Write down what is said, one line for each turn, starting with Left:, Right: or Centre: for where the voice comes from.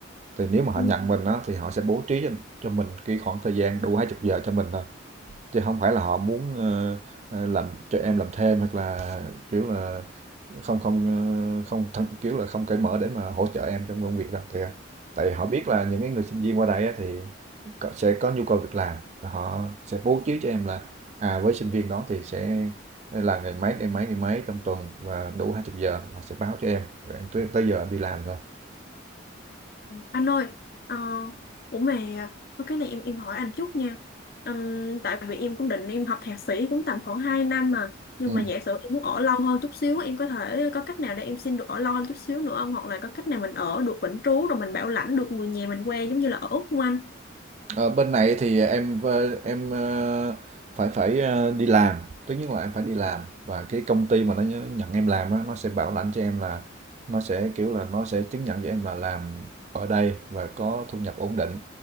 Right: Thì nếu mà họ
Left: Ừ.
Right: nhận mình á thì họ sẽ bố trí cho, cho mình cái khoảng thời gian đủ 20 giờ cho mình thôi chứ không phải là họ muốn ờ, ờ, làm cho em làm thêm hoặc là kiểu là không không ờ, không thân, kiểu là không cởi mở để mà hỗ trợ em trong công việc đâu thì tại vì họ biết là những cái người sinh viên qua đây á, thì có- sẽ có nhu cầu việc làm và họ sẽ bố trí cho em là à với sinh viên đó thì sẽ là ngày mấy ngày mấy ngày mấy trong tuần và đủ 20 giờ là sẽ báo cho em rồi em tới, tới giờ em đi làm thôi
Left: Anh ơi, ờ, ủa mà có cái này em em hỏi anh chút nha. Ừm, tại vì em cũng định em học thạc sĩ cũng tầm khoảng 2 năm mà, nhưng
Right: Ừ.
Left: mà giả sử em muốn ở lâu hơn chút xíu, em có thể có cách nào để em xin được ở lâu hơn chút xíu nữa không? Hoặc là có cách nào mình ở được vĩnh trú rồi mình bảo lãnh được người nhà mình qua giống như là ở Úc không anh?
Right: Ờ, bên này thì em ờ, em ờ, phải phải ờ, đi làm, tất nhiên là em phải đi làm và cái công ty mà nó nhớ- nhận em làm á, nó sẽ bảo lãnh cho em là nó sẽ kiểu là nó sẽ chứng nhận cho em là làm ở đây và có thu nhập ổn định.